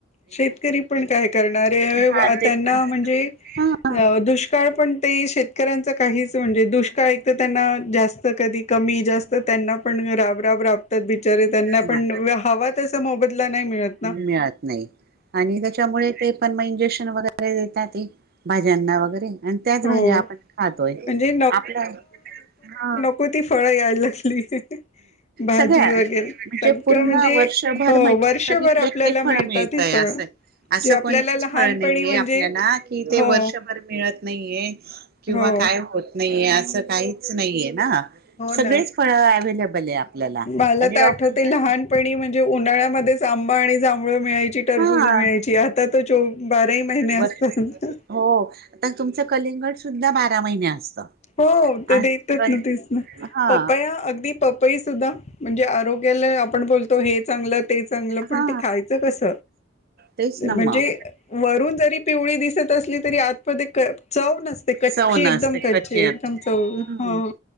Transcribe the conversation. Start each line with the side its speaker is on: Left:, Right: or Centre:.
Left: शेतकरी पण काय करणारे अय
Right: हा
Left: वा
Right: ते
Left: त्यांना
Right: पण
Left: म्हणजे
Right: हा
Left: अ दुष्काळ पण ते ही शेतकऱ्यांचा काहीच म्हणजे दुष्काळ एक तर त्यांना जास् त कधी कमी जास्त त्यांना पण राबराब राबतात बिचारे त्यांना
Right: मग
Left: पण हवा तसा मोबदला नाही मिळत ना.
Right: मिळत नाही. आणि त्याच्यामुळे ते पण म इंजेक्शन वगैरे देतात ही भाज्यांना वगैरे आणि त्याच
Left: हो
Right: भाजी आपण खातोय
Left: म्हणजे
Right: आपल्या हा.
Left: कोणती फळं यायला लागली? भाजी
Right: सगळ्या
Left: वगैरे
Right: म्हणजे
Left: सगळं
Right: पूर्ण
Left: म्हणजे
Right: वर्षभर
Left: हो
Right: म्हटलं
Left: वर्षभर
Right: तरी प्रत्येक
Left: आपल्याला
Right: फळात
Left: मिळतात
Right: मिळत
Left: ही
Right: अस
Left: फळ
Right: असं
Left: जे आपल्याला
Right: कोणतच
Left: लहानपणी
Right: फळ नाहीे
Left: म्हणजे
Right: आपल्याला कि ते
Left: हो
Right: वर्षभर मिळत नाहीये किंवा
Left: हो
Right: काय होत नाहीये असं काहीच नाहीये ना.
Left: हो
Right: सगळेच
Left: ना.
Right: फळ अवेलेबल आहे आपल्याला
Left: मला
Right: आणि
Left: तर
Right: डॉक्टर
Left: आठवते लहानपणी पण ते उन्हाळ्यामध्येच आंबा आणि जांभळ मिळायची टरबुज
Right: हा
Left: मिळायची आता त चो बाराही महिने
Right: वर
Left: असतात.
Right: हो. आता तुमचं कलिंगड सुद्धा बारा महिने असतं.
Left: हो. ते
Right: आ
Left: देतात
Right: कर
Left: न तेच ना
Right: हा
Left: पप्पाया अगदी पपई सुद्धा म्हणजे आरोग्याला आपण बोलतो हे चांगलं, ते चांगलं
Right: हा
Left: पण ते खायचं कस?
Right: तेच ना मग
Left: म्हणजे वरून जरी पिवळी दिसत असली तरी आत मध्ये ते चव नसते कच्ची
Right: चव
Left: एकदम
Right: नसते
Left: कच्ची एकदम
Right: हम्म
Left: चौ हो